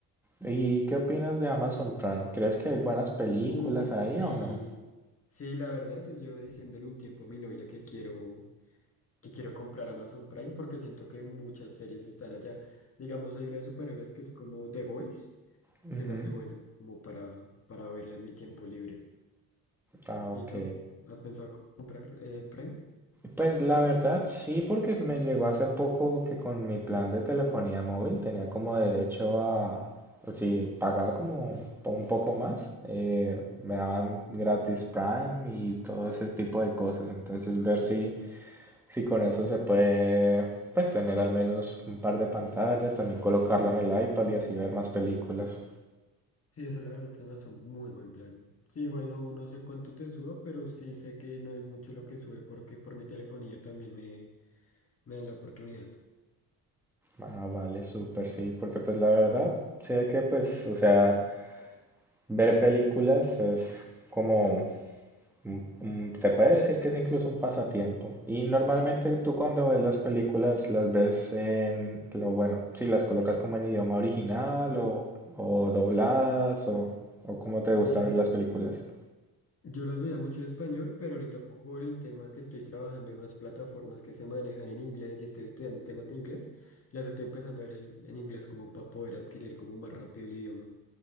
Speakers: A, in the centre; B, on the left.
A: ¿Y qué opinas de Amazon Prime? ¿Crees que hay buenas películas
B: Uf,
A: ahí
B: sí,
A: o no?
B: sí, la verdad, yo llevo diciéndole un tiempo a mi novia que quiero, que quiero comprar Amazon Prime porque siento que muchas series están allá. Digamos, hay una de superhéroes que es como The Voice
A: Ujú.
B: Se me hace buena, como para, para verla en mi tiempo libre.
A: Ah, ok.
B: ¿Y tú? ¿Has pensado co- comprar eh, Prime?
A: Pues la verdad sí, porque me llegó hace poco que con mi plan de telefonía móvil tenía como derecho a, si pagaba como un po- un poco más, eh, me daban gratis Prime y todo ese tipo de cosas. Entonces ver si, si con eso se puede, pues tener al menos un par de pantallas, también colocarlo en el iPad y así ver más películas.
B: Sí, eso la verdad se me hace un muy buen plan. Sí, igual no, no sé cuánto te suba, pero sí sé que no es mucho lo que sube porque por mi telefonía también me, me dan la oportunidad.
A: Ah, vale, súper, sí, porque pues la verdad sé que pues, o sea... Ver películas es como, un- un- se puede decir que es incluso un pasatiempo. Y normalmente tú cuando ves las películas las ves en, lo bueno, si las colocas como en idioma original o, o dobladas o, o cómo te gusta
B: Mira,
A: ver las películas.
B: yo las veía mucho en español, pero ahorita cu- por el tema que estoy trabajando en unas plataformas que se manejan en inglés y estoy estudiando temas de inglés, las estoy empezando a ver el- en inglés como para poder adquirir como más rápido el idioma.